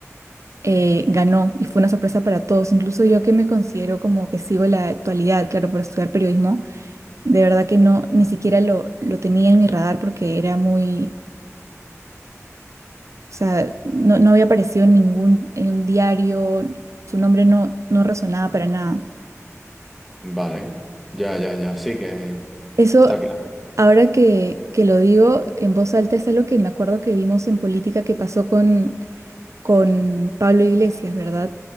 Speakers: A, on the right; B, in the centre.
A: eh, ganó y fue una sorpresa para todos. Incluso yo que me considero como que sigo la actualidad, claro, por estudiar periodismo, de verdad que no, ni siquiera lo, lo tenía en mi radar porque era muy O sea, no, no había aparecido en ningún, en un diario, su nombre no, no resonaba para nada.
B: Vale. Ya, ya, ya. Sí que
A: Eso,
B: está claro.
A: ahora que, que lo digo en voz alta, es algo que me acuerdo que vimos en política que pasó con, con Pablo Iglesias, ¿verdad?